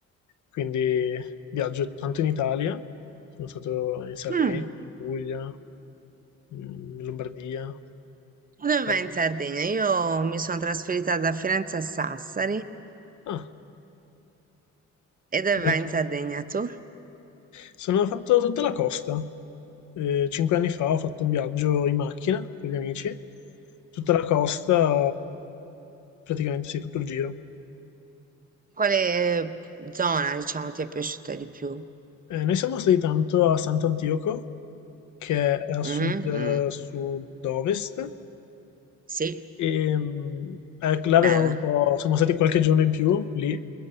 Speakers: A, on the left (about 70°); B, on the right (about 30°).
A: Quindi viaggio tanto in Italia, sono stato in Sardegna,
B: Mm.
A: in Puglia, in Lombardia,
B: Dove
A: Parigi.
B: vai in Sardegna? Io mi sono trasferita da Firenze a Sassari.
A: Ah,
B: E dove
A: ecco.
B: vai in Sardegna tu?
A: Sono fatto tutta la costa. Eh, cinque anni fa ho fatto un viaggio in macchina con gli amici, tutta la costa, praticamente sì, tutto il giro.
B: Quale zona, diciamo, ti è piaciuta di più?
A: Eh, noi siamo stati tanto a Sant'Antioco, che è a sud,
B: Mhm, mm.
A: sud-ovest,
B: Sì,
A: e mm, eh, là
B: bella.
A: avevamo un po', siamo stati qualche giorno in più lì,